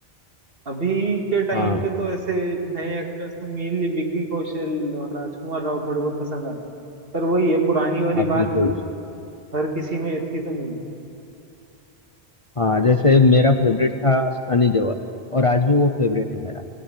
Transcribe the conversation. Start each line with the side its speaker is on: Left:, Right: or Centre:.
Right: है अभी के टाइम
Left: हाँ
Right: पे तो ऐसे नए एक्टर्स में मेनली विक्की कौशल और राजकुमार राव थोड़े बहुत पसंद आते हैं पर वही है पुरानी वाली
Left: हाँ
Right: बात
Left: बिल्कुल
Right: हर किसी में इतनी तो नहीं है
Left: हाँ जैसे मेरा फेवरेट था सनी देओल और आज भी वो फेवरेट
Right: हम्म।
Left: है मेरा